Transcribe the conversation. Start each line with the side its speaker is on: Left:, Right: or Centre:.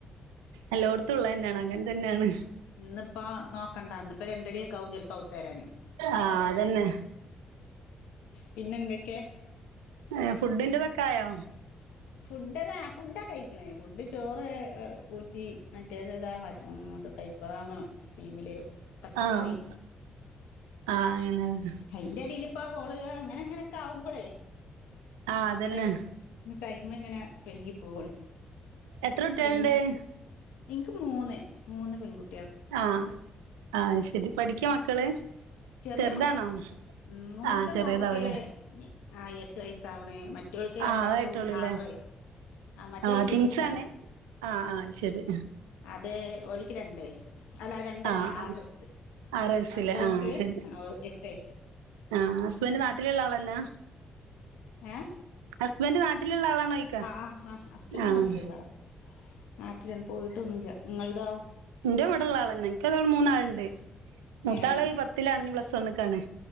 Right: എല്ലോട്ത്തും ഉള്ളതന്നെണ് അങ്ങൻ തന്നെണ്.
Left: ഇന്ന്പ്പോ നോക്കണ്ടാ ഇന്ന്‌പ്പ രണ്ടണിയൊക്കെ ആവും ചെൽപ്പോ അവ്ത്ത് കെറന്.
Right: ആഹ് അതന്നെ.
Left: പിന്നെന്തെക്കെ.
Right: ഏ ഫുഡിന്റെതൊക്കായോ.
Left: ഫുഡ്താ ഫുഡക്കയ്ക്ക്ണ് ഫുഡ് ചോറ് ഊറ്റി മറ്റേത് മറ്റ ഇതൊക പ്പാ <unintelligible> ടീമില്. പച്ചക്കറി
Right: ആഹ് ആഹ് അങ്ങനെണ്.
Left: അയിന്റെടീല് പ്പ ഓള് അങ്ങനങ്ങനക്കാവുമ്പളേ
Right: ആഹ്
Left: നമ്മള്.
Right: അതന്നെ
Left: ടൈമ്ങ്ങനെ വൈകി പോവണ്
Right: എത്ര കുട്ടികളുണ്ട്
Left: പി ഇൻക്ക് മൂന്ന് മൂന്ന് പെൺകു
Right: ആഹ് ആഹ് അത് ശരി പഠിക്ക്യ മക്കള്.
Left: ചെറിയ
Right: ചെറുതാണോ
Left: മക്കള മൂത്ത
Right: ആഹ് ചെറിയതാവൂലേ
Left: മോക്ക് ആ എ ട്ട് വയസ്സാവണ് മറ്റോൾക്ക്
Right: ആഹ്
Left: രണ്ടാക്കും
Right: അതായിട്ടുള്ളൂല്ലേ
Left: ആറ്‌ വയസ്സ് ആ മറ്റോള്
Right: ആഹ്
Left: ടൂൻസാണ്.
Right: ട്വിൻസാണ് ആഹ് ആഹ് ശരി.
Left: അത് ഓല്ക്ക് രണ്ട് വയസ് അല്ല രണ്ടല്ല
Right: ആഹ് ആഹ്
Left: ആറ് വയസ്സ്
Right: ആറ് വയസ്സില്ലേ
Left: മറ്റോ
Right: ആഹ്
Left: ആ
Right: ശരി
Left: എട്ട് വയസ്സ്.
Right: ആഹ് ഹസ്ബൻഡ് നാട്ടിലുള്ള ആളല്ലാ.
Left: ഏഹ്.
Right: ഹസ്ബൻഡ് നാട്ടിലുള്ള ആളാണോയിക്ക
Left: ആ ആ ഹസ്ബൻഡ്
Right: ആഹ്.
Left: നാട്ടിലുള്ള ആളാ നാട്ടിലാണ് പോയിട്ടൊന്നുല്ല ഇങ്ങൾതോ.
Right: ഇന്റെ ഇവടെള്ള ആളന്നെ എനക്ക് <unintelligible> മൂന്നാളുണ്ട് മൂത്താള്
Left: ഏ
Right: പത്തിലാണ് ഇഞ്ഞ് പ്ലസ് വണ്ണ്ക്കാണ്.